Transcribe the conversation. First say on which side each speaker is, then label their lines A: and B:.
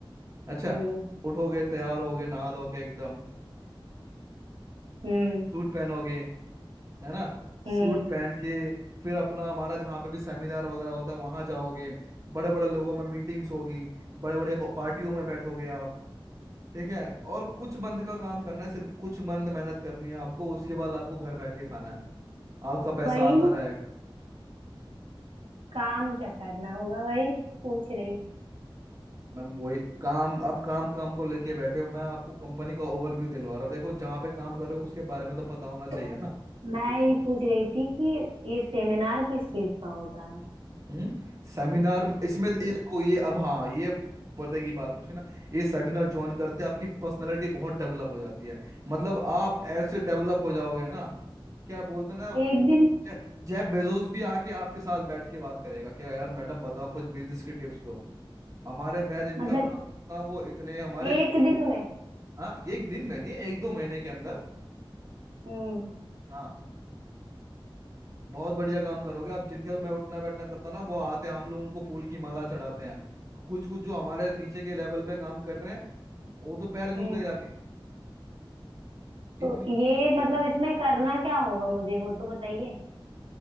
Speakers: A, on the right; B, on the right.
A: अच्छा
B: हम्म
A: उठोगे तैयार होगे नहा धोके एकदम
B: हम्म
A: सूट पहनोगे है ना सूट
B: हम्म
A: पहन के फिर अपना हमारा जहाँ पे भी सेमिनार वगैरह होता है वहाँ जाओगे बड़े बड़े लोगों में मीटिंग्स होगी बड़े बड़े पार्टियों में बैठोगे आप ठीक है और कुछ मंथ का काम करना है सिर्फ कुछ मंथ मेहनत करनी है आपको उसके बाद आपको घर बैठ के खाना है आपका पैसा
B: वही
A: आता
B: ना
A: रहेगा
B: काम क्या करना होगा वही पूछ रही थी
A: मैम वही काम अब काम काम को लेके बैठे हो मैं आपको कंपनी का ओवरव्यू दिलवा रहा हूँ देखो जहाँ पे काम कर रहे हो उसके बारे में तो पता होना चाहिए
B: तो
A: ना
B: मैं ये पूछ रही थी कि ये सेमिनार किस चीज का होता है
A: हम्म सेमिनार इसमें ये देखो ये अब हाँ ये पते की बात पूछी ना ये सेमिनार ज्वाइन करते आपकी पर्सनैलिटी बहुत डेवलप हो जाती है मतलब आप ऐसे डेवलप हो जाओगे ना क्या बोलते हैं ना
B: एक दिन
A: जे- जेफ बेजोस भी आके आपके साथ बैठ के बात करेगा कि यार मैडम बताओ कुछ बिजनेस की टिप्स दो हमारे मैं जिनका
B: मतलब
A: काम करता हूँ वो इतने हमारे
B: एक दिन में
A: हाँ एक दिन में नहीं एक दो महीने के अंदर
B: हम्म
A: हाँ, बहुत बढ़िया काम करोगे आप जिनके साथ मैं उठना बैठना करता ना वो आते हैं हम लोग उनको फूल की माला चढ़ाते हैं और कुछ कुछ जो हमारे नीचे के लेवल पे काम कर रहे हैं वो तो पैर छूते
B: हम्म
A: हैं जाके इतनी
B: तो ये मतलब इसमें करना क्या होगा मुझे वो तो बताइए